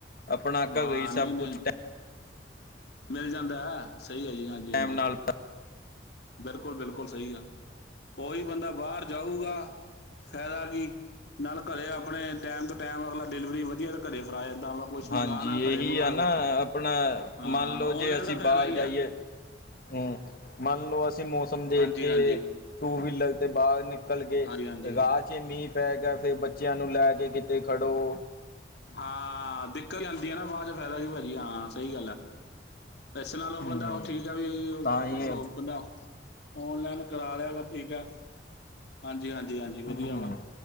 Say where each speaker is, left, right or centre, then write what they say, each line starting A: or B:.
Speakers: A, on the left; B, on the left.
A: ਆਪਣਾ
B: ਹਾਂ
A: ਘਰ
B: ਨਹੀਂ
A: ਸਭ
B: ਨਹੀਂ
A: ਕੁਛ
B: ਮਿਲ ਜਾਂਦਾ ਹੈ ਸਹੀ ਹੈ ਜੀ ਹਾਂਜੀ।
A: ਟਾਈਮ
B: ਹਾਂਜੀ
A: ਨਾਲ
B: ਬਿਲਕੁਲ ਬਿਲਕੁਲ ਸਹੀ ਆ ਉਹੀ ਬੰਦਾ ਬਾਹਰ ਜਾਊਗਾ। ਫਾਇਦਾ ਕੀ ਨਾਲ ਘਰੇ ਆਪਣੇ ਟੈਮ ਤੋਂ ਟੈਮ ਅਗਲਾ ਡਿਲੀਵਰੀ ਵਧੀਆ। ਘਰੇ ਫੜਾ ਜਾਂਦਾ ਵਾ ਕੁਛ
A: ਹਾਂਜੀ
B: ਮੰਗਵਾਉਣਾ ਘਰੇ
A: ਇਹੀ
B: ਮੰਗਵਾ
A: ਆ
B: ਲਓ
A: ਨਾ ਆਪਣਾ
B: ਹਾਂ
A: ਮੰਨ ਲਓ
B: ਔਨਲਾਈਨ
A: ਜੇ ਅਸੀਂ
B: ਦਾ ਫਾਇਦਾ
A: ਬਾਹਰ
B: ਹੀ
A: ਜਾਈਏ।
B: ਆ
A: ਹੂੰ, ਮੰਨ ਲਓ ਅਸੀਂ ਮੌਸਮ ਦੇਖ
B: ਹਾਂਜੀ
A: ਕੇ
B: ਹਾਂਜੀ
A: ਟੂ ਵੀਲਰ ਤੇ ਬਾਹਰ ਨਿਕਲ ਕੇ
B: ਹਾਂਜੀ
A: ਰਾਜ
B: ਹਾਂਜੀ
A: ਜੇ
B: ਹਾਂਜੀ
A: ਬੱਚੇ ਮੀਂਹ ਪੈ ਗਿਆ ਫਿਰ ਬੱਚਿਆਂ ਨੂੰ ਲੈ ਕੇ ਕਿਤੇ ਖੜੋ।
B: ਹਾਂ, ਦਿੱਕਤ ਆਦੀ ਹੈ ਨਾ ਬਾਅਦ ਚ ਫਾਇਦਾ ਕੀ ਭਾਜੀ ਹਾਂ ਸਹੀ ਗੱਲ ਆ। ਇਸ ਨਾਲੋਂ ਉਹ
A: ਹੂੰ
B: ਬੰਦਾ ਉਹ ਠੀਕ ਆ ਵੀ ਉਹ
A: ਤਾਂ ਹੀ
B: ਬੰਦਾ ਓਨਲਾਈਨ ਕਰਾ ਲਿਆ ਵਾ ਠੀਕ ਆ ਹਾਂਜੀ ਹਾਂਜੀ ਹਾਂਜੀ। ਵਧੀਆ
A: ਹੂੰ
B: ਵਾ